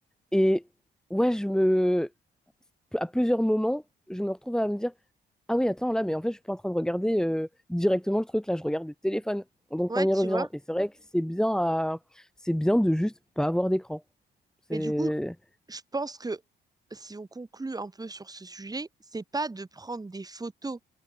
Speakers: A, in the centre; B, on the right (about 20°).
A: Et ouais, je me... À plusieurs moments, je me retrouve à me dire, ah oui, attends, là, mais en fait, je suis pas en train de regarder euh, directement le truc, là, je regarde le téléphone. Donc
B: Ouais,
A: on y
B: tu
A: revient.
B: vois.
A: Et c'est vrai que c'est bien à... c'est bien de juste pas avoir d'écran. C'est...
B: Mais du coup, je pense que si on conclut un peu sur ce sujet, c'est pas de prendre des photos